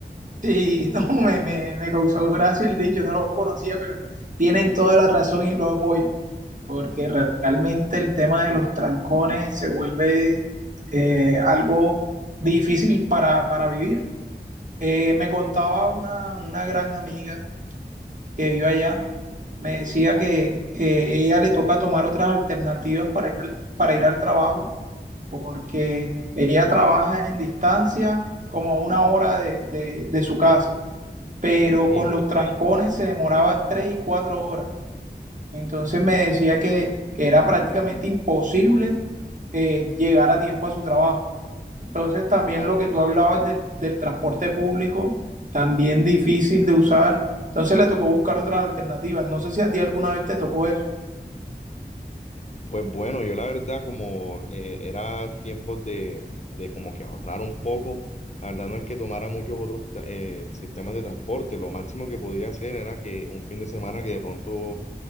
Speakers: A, on the right; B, on the left.
A: Sí, <laughs> no, me, me, me causó gracia el dicho, no lo conocía, pero tienen toda la razón y lo apoyo, porque re- realmente el tema de los trancones se vuelve eh, algo difícil para, para vivir. Eh, me contaba una, una gran amiga que vive allá, me decía que eh, ella le toca tomar otras alternativas para ir al, para ir al trabajo, porque ella trabaja en distancia como a una hora de de- de su casa pero
B: Imagina.
A: con los trancones se demoraba tres y cuatro horas. Entonces me decía que, que era prácticamente imposible eh, llegar a tiempo a su trabajo. Entonces también
B: Claro,
A: lo que
B: claro.
A: tú hablabas del, del transporte público, también difícil de usar. Entonces le tocó buscar otras alternativas. No sé si a ti alguna vez te tocó eso.
B: Pues bueno, yo la verdad como eh, era tiempo de, de como que ahorrar un poco, la verdad no es que tomara muchos otros eh, sistemas de transporte, lo máximo que podía hacer era que un fin de semana que de pronto